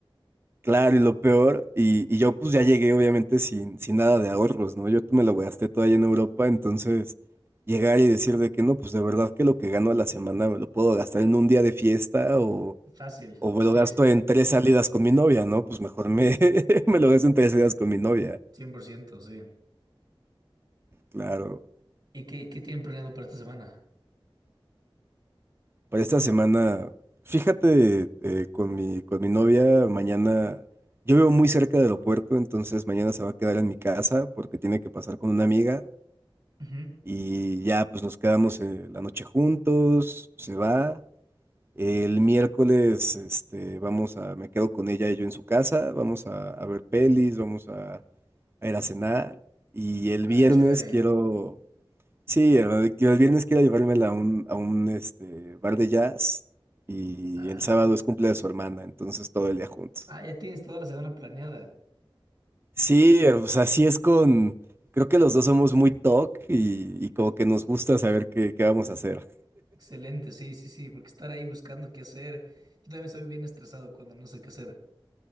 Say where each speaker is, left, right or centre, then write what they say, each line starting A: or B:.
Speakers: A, on the right; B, on the right.
A: claro, y lo peor, y, y yo pues ya llegué obviamente sin, sin nada de ahorros, ¿no? Yo me lo gasté todo allá en Europa, entonces llegar y decir de que no, pues de verdad que lo que gano a la semana me lo puedo gastar en un día de fiesta o,
B: fácil,
A: o me
B: sí,
A: lo gasto
B: sí,
A: en tres salidas con mi novia, ¿no? Pues mejor me, <laughs> me lo gasto en tres salidas con mi novia.
B: 100% sí.
A: Claro,
B: ¿Y qué, qué tienen planeado para esta semana?
A: para esta semana, fíjate, eh, con mi, con mi novia, mañana, yo vivo muy cerca del aeropuerto, entonces mañana se va a quedar en mi casa porque tiene que pasar con una amiga
B: Ujú.
A: y ya pues nos quedamos eh, la noche juntos, se va. El miércoles, este, vamos a, me quedo con ella y yo en su casa, vamos a, a ver pelis, vamos a, a ir a cenar y el
B: Ah,
A: viernes
B: chévere.
A: quiero... Sí, hermano, de que el viernes quiero llevármela a un, a un este, bar de jazz y
B: Ah,
A: el sábado es cumple de su hermana, entonces todo el día juntos.
B: ah, ya tienes toda la semana planeada.
A: Sí, eh, pues así es con, creo que los dos somos muy talk y, y como que nos gusta saber qué, qué vamos a hacer.
B: Excelente, sí, sí, sí, porque estar ahí buscando qué hacer. Yo también soy bien estresado cuando no sé qué hacer.